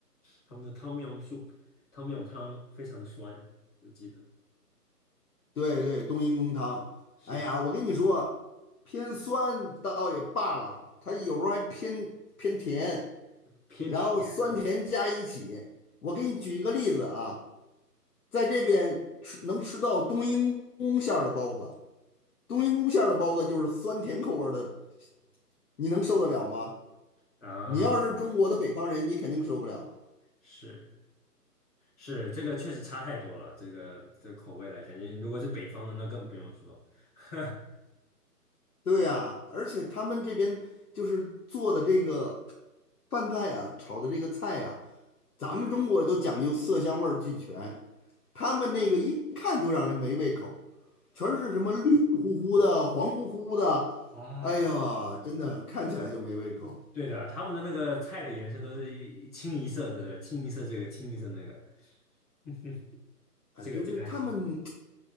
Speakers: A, on the left (about 25°); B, on the left (about 65°).
A: 他们的汤姆 m soup 汤姆 m 汤非常的酸，我记得
B: 对对，冬阴功汤，
A: 是
B: 哎呀，我跟你说，偏酸倒也罢了，它有时候还偏偏甜，
A: 偏甜的
B: 然后酸甜加一起。我给你举一个例子啊。在这边吃能吃到冬阴功馅儿的包子，冬阴功馅儿的包子就是酸甜口味儿的，你能受得了吗？
A: 啊，
B: 你要是中国的北方人，你肯定受不了。
A: 是。是这个确实差太多了，这个这个口味来讲，你如果是北方的，那更不用说。<laughs>
B: 对呀，而且他们这边就是做的这个饭菜啊，炒的这个菜啊，咱们中国都讲究色香味儿俱全，他们那个一看就让人没胃口，全是什么绿乎乎的、黄乎乎的，
A: 啊，
B: 哎呀，真的看起来就没胃口。
A: 对的，他们的那个菜的颜色都是一清一色，对不对？清一色这个，清一色那个，<laughs>
B: 啊，
A: 这个这个还挺，
B: 就是他们